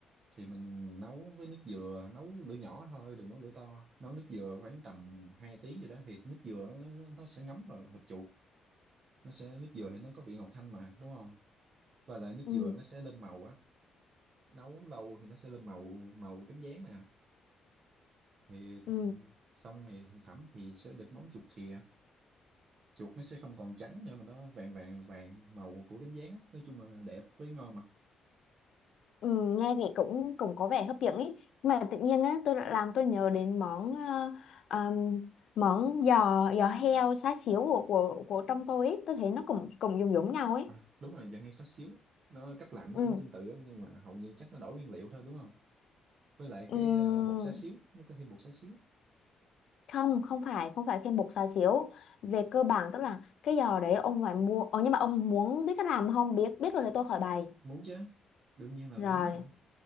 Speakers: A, on the right; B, on the left.
A: thì mình nấu với nước dừa nấu lửa nhỏ thôi đừng nấu lửa to nấu nước dừa khoảng tầm 2 tiếng gì đó thì nước dừa nó, nó nó sẽ ngấm vào thịt chuột nó sẽ nước dừa thì nó có vị ngọt thanh mà đúng không và lại nước
B: ừ
A: dừa nó sẽ lên màu á nấu lâu thì nó sẽ lên màu màu cánh gián nè thì
B: ừ
A: xong thì thành phẩm thì sẽ được món chuột khìa chuột nó sẽ không còn trắng nữa mà nó vàng vàng vàng màu của cánh gián á. nói chung là đẹp với ngon mà
B: ừ nghe thì cũng cũng có vẻ hấp dẫn ý mà tự nhiên á tôi lại làm tôi nhớ đến món ờ, ờm, món giò giò heo xá xíu của của của trong tôi ý tôi thấy nó cũng cũng giống giống nhau ấy
A: à, đúng rồi giờ hay xá xíu nó cách làm nó
B: ừ
A: cũng tương tự á, nhưng mà hầu như chắc nó đổi nguyên liệu thôi đúng không với lại
B: Ừm,
A: cái ờ, bột xá xíu nó có thêm bột xá xíu
B: không không phải không phải thêm bột xá xíu về cơ bản tức là cái giò đấy ông phải mua ờ nhưng mà ông muốn biết cách làm không biết biết rồi thì tôi khỏi bày
A: muốn chứ đương nhiên là
B: rồi
A: muốn rồi